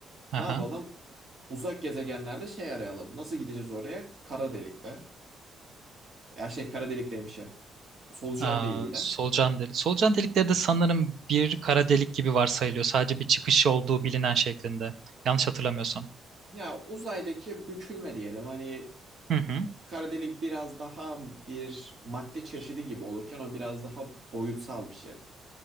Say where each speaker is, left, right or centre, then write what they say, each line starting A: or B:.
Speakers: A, on the right; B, on the right.
A: Aha.
B: Ne yapalım? Uzak gezegenlerde şey arayalım. Nasıl gideceğiz oraya? Kara delikle. Ya şey kara delik demişim. Solucan
A: Aa,
B: deliğiyle.
A: solucan delik. Solucan delikleri de sanırım bir kara delik gibi varsayılıyor. Sadece bir çıkışı olduğu bilinen şeklinde. Yanlış hatırlamıyorsam.
B: Ya uzaydaki bükülme diyelim hani
A: Hı hı.
B: kara delik biraz daha bir madde çeşidi gibi olurken o biraz daha boyutsal bir şey.